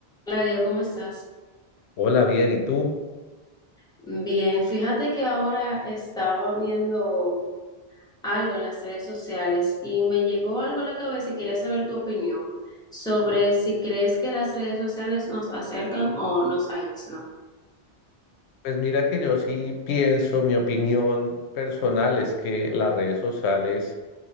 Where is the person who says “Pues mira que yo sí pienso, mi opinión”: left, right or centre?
Left